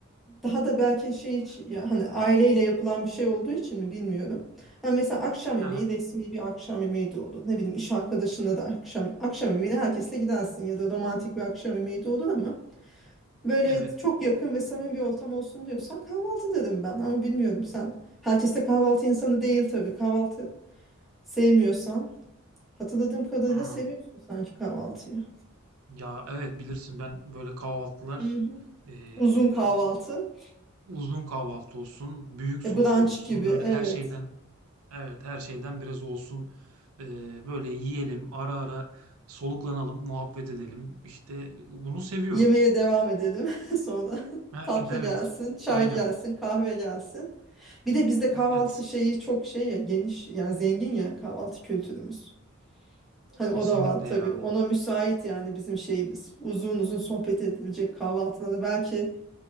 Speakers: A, in the centre; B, on the right.
A: daha da belki şey için ya hani aileyle yapılan bir şey olduğu için mi bilmiyorum. Ha mesela akşam yemeği
B: Aha.
A: resmi bir akşam yemeği de olur. Ne bileyim iş arkadaşınla da akşam akşam yemeğine herkesle gidersin ya da romantik bir akşam yemeği de olur ama böyle
B: Evet.
A: çok yakın ve samimi bir ortam olsun diyorsan kahvaltı derim ben ama bilmiyorum sen. Herkes de kahvaltı insanı değil tabii. Kahvaltı sevmiyorsan hatırladığım kadarıyla
B: Hmm.
A: seviyorsun sanki kahvaltıyı.
B: Ya evet bilirsin ben böyle kahvaltılar
A: Hı hı.
B: ee,
A: Uzun kahvaltı.
B: uzun kahvaltı olsun, büyük sofra
A: E, brunch
B: olsun
A: gibi evet.
B: böyle her şeyden Evet, her şeyden biraz olsun. Ee, böyle yiyelim, ara ara soluklanalım, muhabbet edelim. İşte bunu seviyorum.
A: Yemeğe devam edelim <laughs> sonra.
B: Ha,
A: Tatlı
B: evet, evet.
A: gelsin, çay
B: Aynen.
A: gelsin, kahve gelsin. Bir de bizde kahvaltı
B: Evet,
A: şeyi çok şey ya geniş yani zengin ya kahvaltı kültürümüz. Hani o
B: kesinlikle
A: da var tabii.
B: ya.
A: Ona müsait yani bizim şeyimiz. Uzun uzun sohbet edilecek kahvaltılara. Belki